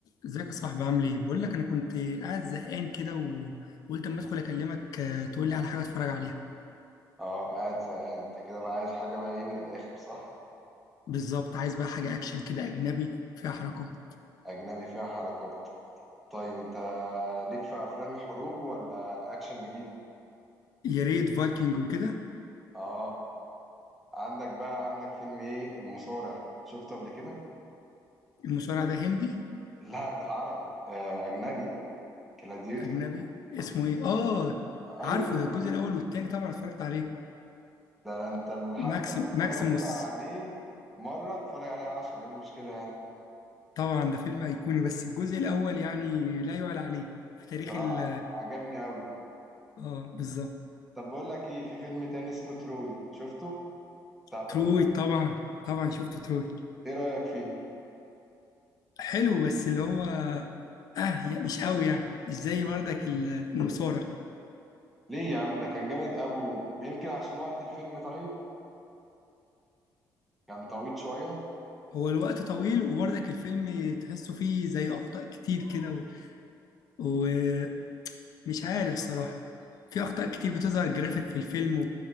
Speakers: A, on the left; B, in the centre.
A: ازيك يا صاحبي عامل ايه؟ بقول لك انا كنت قاعد زهقان كده وقلت اما ادخل اكلمك آه، تقول لي على حاجه اتفرج عليها
B: اه قاعد زهقان انت كده بقى عايز حاجة بقى ايه من الآخر صح؟
A: بالظبط عايز بقى حاجه اكشن كده اجنبي فيها حركات
B: أجنبي فيها حركات طيب انت ليك في أفلام الحروب ولا أكشن جديد؟
A: يا ريت فايكنج وكده
B: اه عندك بقى عندك فيلم ايه المصارع شفته قبل كده؟
A: المصارع ده هندي
B: <laughs> لا ده عربي آه أجنبي كلاديتور
A: اجنبي اسمه ايه؟ اه
B: أيوه
A: عارفه ده الجزء الاول والتاني طبعا اتفرجت عليه
B: ده انت ال- حتى
A: ماكسيم
B: لو اتفرجت
A: ماكسيموس
B: عليه مرة اتفرج عليه عشرة ايه المشكلة يعني؟
A: طبعا ده فيلم ايقوني بس الجزء الاول يعني لا يعلى عليه في تاريخ
B: بصراحة
A: ال
B: عجبني أوي
A: اه بالظبط
B: طب بقول لك ايه في فيلم تاني اسمه تروي شفته؟ بتاع براد
A: تروي
B: بيت
A: طبعا طبعا شفت تروي
B: ايه رأيك فيه؟
A: حلو بس اللي هو اه يا مش قوي يعني مش زي بردك ال- المصارع
B: ليه يا عم ده كان جامد قوي يمكن عشان وقت الفيلم طيب كان طويل شوية
A: هو الوقت طويل وبردك الفيلم تحسه فيه زي اخطاء كتير كده و- ومش عارف الصراحه في اخطاء
B: م.
A: كتير بتظهر جرافيك في الفيلم